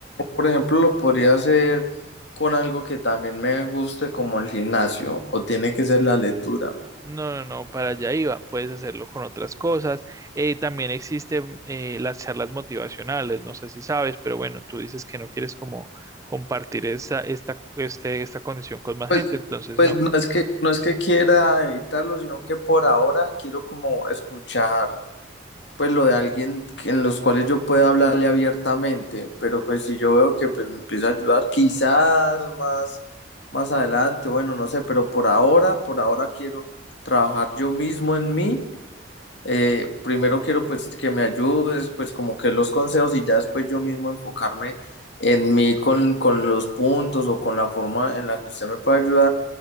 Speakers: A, on the left; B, on the right.
A: por ejemplo, lo podría hacer con algo que también me guste, como el gimnasio, o tiene que ser la lectura.
B: no, no, no, para allá iba, puedes hacerlo con otras cosas. Eh, también existen eh, las charlas motivacionales, no sé si sabes, pero bueno, tú dices que no quieres como compartir esta, esta, este, esta condición con más
A: Pues,
B: gente, entonces
A: pues
B: no.
A: no es que, no es que quiera evitarlo, sino que por ahora quiero como escuchar pues lo de alguien que- en los cuales yo pueda hablarle abiertamente, pero pues si yo veo que pues, me empieza a ayudar, quizás más, más adelante, bueno, no sé, pero por ahora, por ahora quiero trabajar yo mismo en mí. Eh, primero quiero pues que me ayudes, pues como que los consejos y ya después yo mismo enfocarme en mí con, con los puntos o con la forma en la que usted me puede ayudar